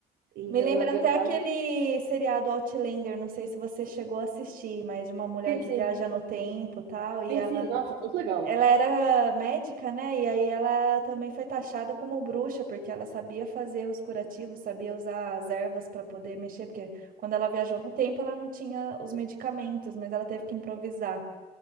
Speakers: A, on the right; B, on the right.
A: Então,
B: Me lembra
A: na verdade,
B: até aquele seriado Outlander, não sei se você chegou a assistir, mas de uma mulher
A: sim,
B: que
A: sim,
B: viaja no tempo, e tal, e
A: sim,
B: ela
A: sim, nossa, muito legal.
B: ela era médica, né? E aí ela também foi taxada como bruxa, porque ela sabia fazer os curativos, sabia usar as ervas para poder mexer, porque quando ela viajou no tempo, ela não tinha os medicamentos, mas ela teve que improvisar.